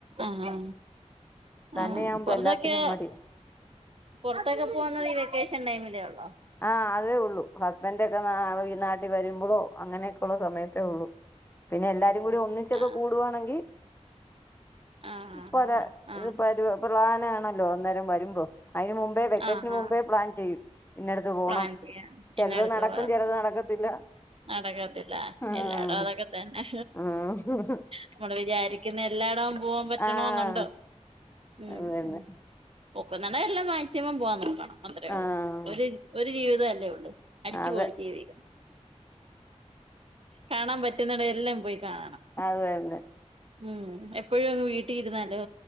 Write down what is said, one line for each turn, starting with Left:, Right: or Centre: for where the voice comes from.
Right: ആഹഹ്
Left: തന്നെയാകുമ്പോ
Right: ആ പുറത്തൊക്കെ
Left: എല്ലാത്തിനും മടിയ
Right: പുറത്തൊക്കെ പോകുന്നത് ഈ വെക്കേഷൻ ടൈമിലേ ഉള്ളോ
Left: ആഹ് അതേ ഉള്ളൂ ഹസ്ബൻടൊക്കെ ന നാട്ടിൽ വരുമ്പോഴോ അങ്ങനെയൊക്കെ ഉള്ള സമയത്തേ ഉള്ളൂ പിന്നെ എല്ലാരും കൂടി ഒന്നിച്ചൊക്കെ
Right: ആഹ്
Left: കൂടുകവാണെങ്കിൽ
Right: ആഹ് ആഹ്
Left: പല
Right: ആഹ്
Left: ഇത്
Right: ആഹ്
Left: പരുവ പ്ലാൻ ആണല്ലോ അന്നേരം വരുമ്പോ അതിന് മുമ്പേ വെക്കേഷന്
Right: ആഹ്
Left: മുമ്പേ
Right: ആഹ്
Left: പ്ലാൻ ചെയ്യും ഇന്നടുത്ത് പോണം
Right: പ്ലാൻ ചെയ്യ പിന്ന
Left: ചിലത്
Right: അടുത്ത
Left: നടക്കും
Right: പ്ലാൻ
Left: ചിലത് നടക്കത്തില്ല
Right: നടക്കത്തില്ല
Left: ആഹ്
Right: എല്ലായിടും അതൊക്കെ തന്നെ
Left: ആഹ്
Right: നമ്മള് വിചാരിക്കുന്ന എല്ലായിടവും പോവാൻ പോവാൻപറ്റണം
Left: ആഹ്
Right: എന്നുണ്ടോ ഉം
Left: അത് തന്നെ
Right: പോകുന്നടം എല്ലാം മാക്സിമം പോവാൻ നോക്കണം അത്രേ
Left: ആഹ്
Right: ഉള്ളൂ ഒരു ഒരു ജീവിതം അല്ലേ ഉള്ളൂ അടിച്ചുപൊളിച്ചു
Left: അതെ
Right: ജീവിക്കണം കാണാൻ പറ്റുന്നെടം എല്ലാം പോയി കാണണം
Left: അത് തന്നെ
Right: മ് എ എപ്പഴും അങ്ങ് വീട്ടിലിരുന്നാലോ